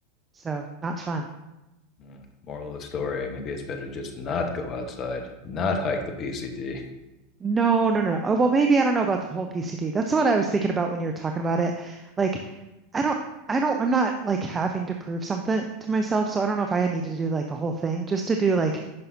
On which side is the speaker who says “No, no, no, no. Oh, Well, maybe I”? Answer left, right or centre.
Right